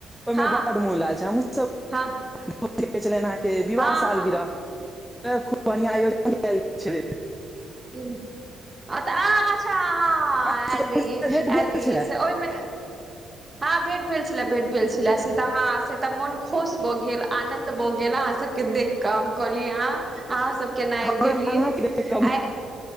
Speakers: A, in the centre; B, on the right (about 20°).
A: ओहिमे
B: हँ
A: बड्ड मोन लागल छै हमहूँसब
B: हँ
A: छल अहाँ के विवाह
B: हँ
A: साल
B: हँ
A: गिरह खूब बढ़ियां आयोजन कयल गेल छलै
B: कना तऽ अच्छा
A: अहाँके
B: आल रहिय
A: भेट
B: आल
A: भेल
B: रहिय
A: छलै
B: से ओहिमे हँ भेट भेलेल छला भेट भेल छला से तऽ हा से त मोन खुश भऽ गेल आनंद भ गेल अहाँ सब के देख क हम कहलिय अन अहाँ सब केना
A: हमरा
B: आब गेलियै
A: अहाँके देख कऽ
B: आइ